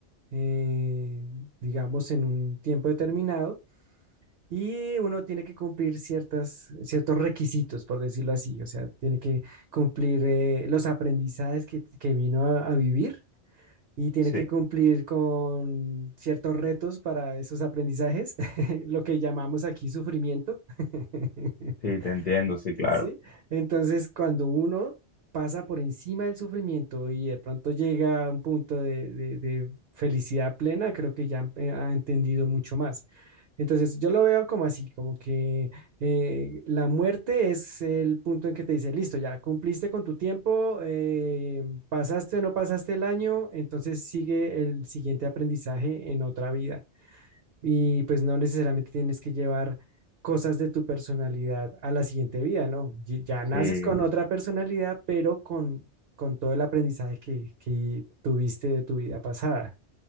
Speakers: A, on the right (about 60°); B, on the left (about 50°).
A: eh, digamos, en un tiempo determinado. Y uno tiene que cumplir ciertas, ciertos requisitos, por decirlo así. O sea, tiene que cumplir eh, los aprendizajes que, que vino a, a vivir y tiene
B: sí,
A: que cumplir con ciertos retos para esos aprendizajes, <laughs> lo que llamamos aquí sufrimiento. <laughs>
B: sí, te entiendo, sí, claro.
A: ¿sí? Entonces, cuando uno pasa por encima del sufrimiento y de pronto llega a un punto de, de- de felicidad plena, creo que ya eh, ha entendido mucho más. Entonces, yo lo veo como así, como que eh, la muerte es el punto en que te dice, listo, ya cumpliste con tu tiempo, eh, pasaste o no pasaste el año, entonces sigue el siguiente aprendizaje en otra vida. Y pues no necesariamente tienes que llevar cosas de tu personalidad a la siguiente vida, ¿no? Y- Ya naces
B: Sí,
A: con otra personalidad, pero con, con todo el aprendizaje que, que tuviste de tu vida pasada.